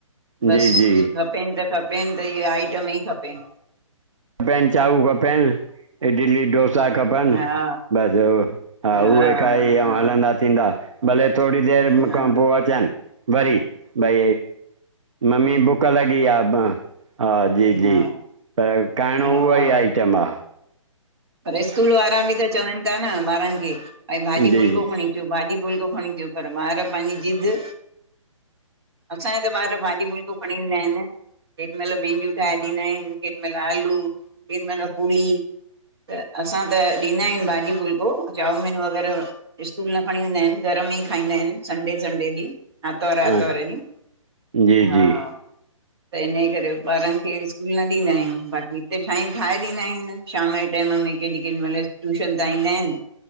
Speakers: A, on the right (about 50°); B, on the right (about 65°).
A: बसि
B: जी जी
A: खपेनि त खपेनि त इह्ये आइटम ई खपेन।
B: बेनचाऊ खपेन इडली डोसा सा खपनि
A: हा
B: बसि हा
A: हा
B: उहे खाई अऊं हलंदा थींदा भले थोड़ी देरि
A: हा
B: खां पो अचनि वरी भई मम्मी बुख लॻी आ ब् हा जी
A: हा
B: जी। पर खाइणों
A: हा
B: उहो ई आइटम आ।
A: पर स्कूल वारा बि त चवनि ता न ॿारनि खे भई भाॼी
B: जी
A: फुल्को
B: जी
A: खणी चो भाॼी फुलको खणी चो पर ॿार पांजी ज़िद असांया त ॿार भाॼी फुलको खणी वेंदा इनि केॾीमल भींडियूं ठाहे ॾींदा आहियूंन केॾीमल आलू केॾीमल पुड़ी त असां त ॾींदा आहियूंन भाॼी फुलको चाऊमीन वग़ैरह स्कूल न खणी वेंदा हिनि, घर में ई खाईंदा हिनि संडे संडे ॾींहुं। आतवर आतवर
B: हा
A: ॾीहुं,
B: जी
A: हा।
B: जी
A: त इन्हयेकरे ॿारनि खे स्कूल न ॾींदा आहियूंन, बाक़ी हिते छहियूं ठाहे ॾींदा आहियूंन शाम जे टाइम में केॾी केॾी मल ट्यूशन तां ईंदा इनि,